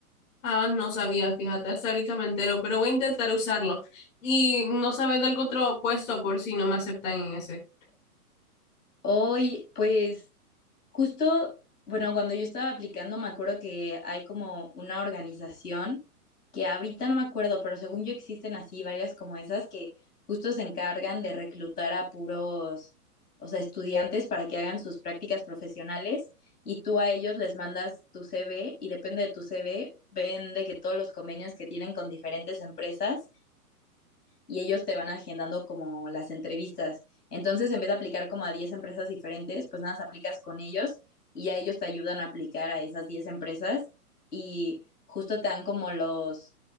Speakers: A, on the left; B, on the left.
A: Ah, no sabía, fíjate, hasta ahorita me entero, pero voy a intentar usarlo. Y no sabes de algún otro puesto por si no me aceptan en ese.
B: Hoy, pues... Justo, bueno, cuando yo estaba aplicando, me acuerdo que hay como una organización que ahorita no me acuerdo, pero según yo existen así varias como esas que justo se encargan de reclutar a puros, o sea, estudiantes para que hagan sus prácticas profesionales y tú a ellos les mandas tu CV y depende de tu CV, ven de que todos los convenios que tienen con diferentes empresas y ellos te van agendando como las entrevistas. Entonces, en vez de aplicar como a 10 empresas diferentes, pues nada, más aplicas con ellos y ya ellos te ayudan a aplicar a esas 10 empresas y justo te dan como los,